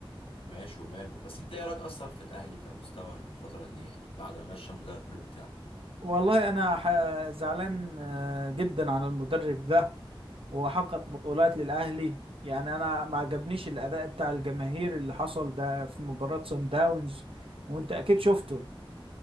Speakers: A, on the left; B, on the right.
A: ماشي وماله بس انت ايه رايك اصلا في الاهلي كمستوى الفتره دي يعني بعد ما مشى المدرب بتاعه
B: والله انا ح- زعلان آه، جدا على المدرب ده هو حقق بطولات للاهلي يعني انا ما عجبنيش الاداء بتاع الجماهير اللي حصل ده في مباراة سان داونز وانت اكيد شفته